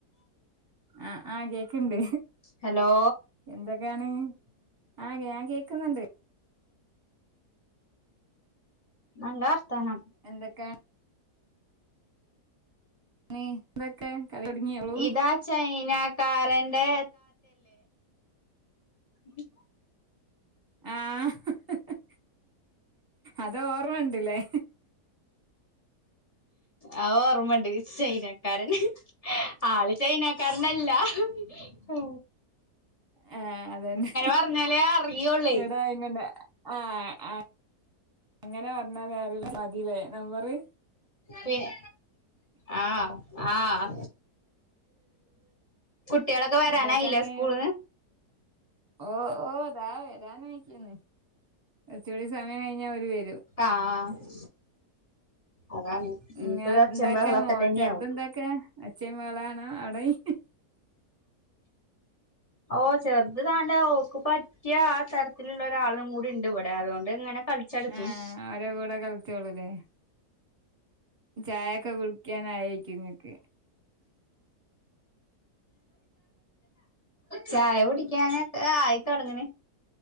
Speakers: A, on the right (about 15°); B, on the left (about 25°).
A: ആ ആ കേക്ക് ണ്ട്
B: ഹലോ
A: എന്തൊക്കെയാണ് ആ ഞാൻ കേക്കുന്നുണ്ട്
B: നല്ല വർത്താനം
A: എന്തൊക്കെയ നീ ഇതൊക്കെ കളി ഒടുങ്ങിയോളൂ ഉം
B: ഇതാ ചൈനക്കാരന്റെ ഉ
A: ആഹഹഹ അത് ഓർമ്മയുണ്ടില്ലേ
B: ആ ഓർമ്മണ്ട് ചൈനക്കാരൻ ആള് ചൈനക്കാരനല്ല ആ
A: ഉ ആ അതന്നെ
B: പറഞ്ഞാലേ അറിയുള്ളേ
A: ഇവിടെ ആയെം കൊണ്ട് ആഹ ആ അങ്ങനെ പറഞ്ഞാ വേറ മതില്ലേ നമ്പര്
B: പിന്നെ ആഹ് ആഹ് കുട്ടികളൊക്കെ വരാനായില്ല
A: എന്തൊക്കാണ്
B: സ്കൂളിന്ന്
A: ഓ ഓതാ വരാനക്കന്ന് കുറച്ചുകൂടി സമയം കഴിഞ്ഞാ ഓരു വരും
B: ആഹ് അതാണ് ഇനിയിപ്പോ
A: ഞാൻ
B: ഒച്ചയും
A: ഇണ്ടാക്കാമോ
B: ബഹളൊക്കെ തന്നെയാവും
A: ചെറുത ഇണ്ടാക്കാ അച്ഛേൻ മേള ആണോ അടയും <inaudible>
B: ഓ ചെറുത് താണ്ടേ ഓക്ക് പറ്റിയ ആ തരത്തിലുള്ള ഒരാളും കൂടി ഇണ്ട് ഇവിടെ അതുകൊണ്ട് ഇങ്ങനെ കളിച്ചു നടക്കണ്
A: ആ അവരെ കൂടെ കളിച്ചോളൂല്ലേ ചായൊക്കെ കുടിക്കാനയേരിക്കും ഇങ്ങക്ക്
B: ചായ കുടിക്കാനൊക്കെ ആയിത്തൊടങ്ങണ